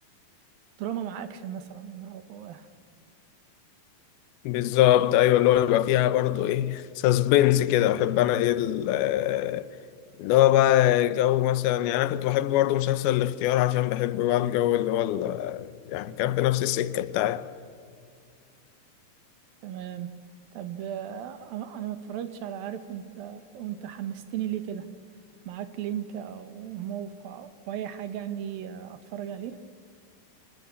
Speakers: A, on the right (about 75°); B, on the left (about 85°).
A: <laughs> دراما مع أكشن مثلا أو
B: بالظبط ايوه اللي هو بيبقى فيها برضه ايه سسبنس كده بحب انا ايه ال- آه، اللي هو بقى جو مثلا يعني انا كنت بحب برضه مسلسل الاختيار عشان بحب بقى الجو اللي هو ال- يعني كان في نفس السكة بتاعي
A: <laughs> تمام طب آه، أنا أنا ما اتفرجتش على عارف وأنت وأنت حمستني ليه كده معاك لينك أو موقع أو أي حاجة يعني آه، أتفرج عليه